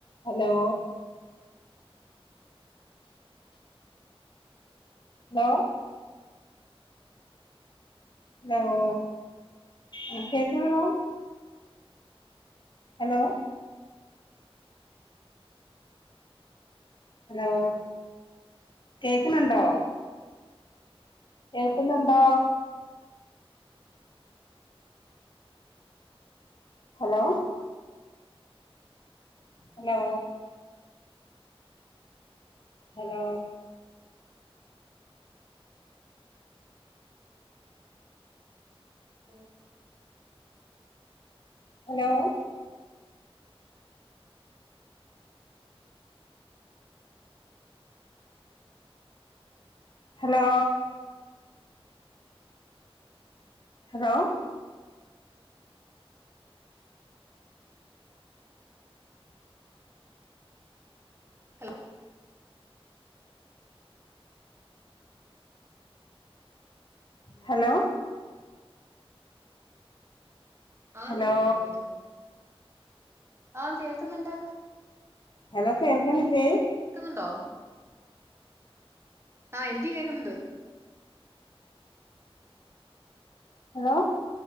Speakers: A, on the left; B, on the right.
A: Hello hello hello ആ കേകണില്ലാ hello hello കേക്ക്ണണ്ടോ? കേൾക്കുന്നുണ്ടോ? Hello hello hello
B: law
A: hello hello hello
B: hello
A: hello
B: ആഹ്
A: ഹലോ
B: കേൾക്കുന്നുണ്ട് കേൾക്കുന്നുണ്ട് ആഹ് കേൾക്ന്ന്ണ്ട്.
A: ഹലോ കേൾക്ണില്ലേ.
B: കേക്കുന്നുണ്ടോ? ആഹ് എനിക്ക് കേക്ക്ന്ന്ണ്ട്.
A: ഹലോ